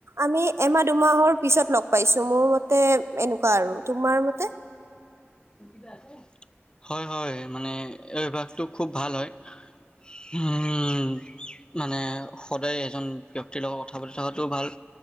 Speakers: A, on the right; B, on the left.
A: আমি এমাহ দুমাহৰ পিছত লগ পাইছোঁ। মোৰ মতে এনে কুৱা আৰু, তোমাৰ মতে?
B: <inaudible> হয় হয়, মানে এই অভ্যাসটো খুব ভাল হয়। হুম মানে সদায় এজন ব্যক্তিৰ লগত কথা পাতি থকাটোও ভাল।